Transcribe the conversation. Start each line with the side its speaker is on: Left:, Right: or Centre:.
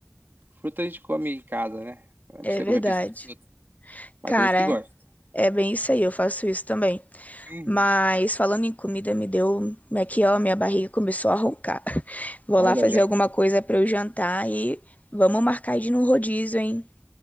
Right: fruta a gente come em casa, né? Não
Left: É
Right: precisa
Left: verdade.
Right: comer pizza de fruta. Mas
Left: Cara,
Right: tem gente que gosta.
Left: é bem isso aí, eu faço isso também.
Right: Uhum.
Left: Mas falando em comida, me deu. Aqui, ó, minha barriga começou a roncar. <laughs> Vou
Right: Hora
Left: lá
Right: da
Left: fazer
Right: janta.
Left: alguma coisa para eu jantar e vamos marcar de ir num rodízio, hein?